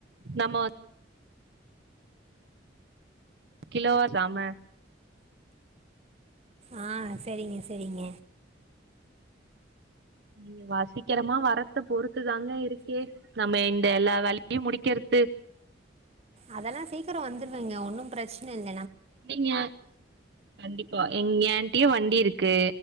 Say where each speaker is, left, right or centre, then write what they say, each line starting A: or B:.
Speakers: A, on the right; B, on the right.
A: நம்ம கிலோ தம
B: ஆ செரிங்க செரிங்க
A: நீங்க வாசிக்கிறமா வா எடத்த பொறுத்துதாங்க இருக்கு நம்ம இந்த எல்லா வேலையும் முடிக்கிறது
B: அதெல்லா சீக்கிரோ வந்துருவேங்க ஒன்னு பிரச்சன இல்
A: நீங்க கண்டிப்பா எங்க ஆன்டியு வண்டி இருக்கு